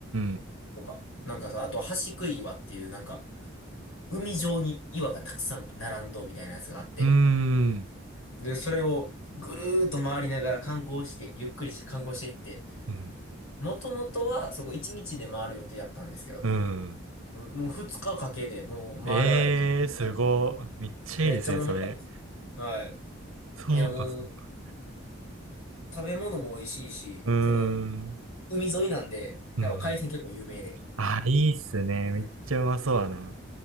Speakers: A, on the right; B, on the left.
A: ん。
B: とか。なんかさ、あと、橋杭岩っていう、なんか、海上に岩がたくさん並んどうみたいなやつがあって。
A: うーん。
B: で、それをぐるーっと回りながら観光して、ゆっくりして観光していって、
A: うん。
B: もともとはそこ1日で回る予定だったんですけど、
A: うん。
B: ももう2日かかけてもう回らないと無理だと思って。
A: ええー、すごい。めっちゃいいですね、
B: めっちゃ面白かったですね。
A: それ。
B: はい。
A: そうか、
B: いや、もう、
A: そうか。
B: 食べ物も美味しいし、
A: うーん。
B: その、海沿いなんで、やっぱ海鮮結構有名で。
A: うん。あ、いいっすね。めっちゃうまそうだな。
B: うん。